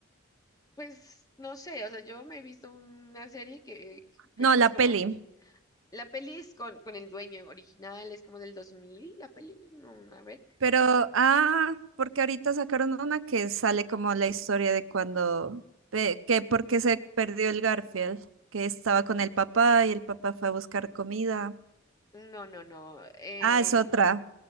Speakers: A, on the left; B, on the right.
A: pues, no sé, o sea, yo me he visto una serie que, que, pues,
B: no,
A: que
B: la
A: es
B: peli.
A: como... La peli es con, con el dueño original, es como del 2000 la peli, no, a ver.
B: Pero, ah, porque ahorita sacaron una que sale como la historia de cuando, de- que porque se perdió el Garfield, que estaba con el papá y el papá fue a buscar comida.
A: No, no, no. eh,
B: Ah, es otra,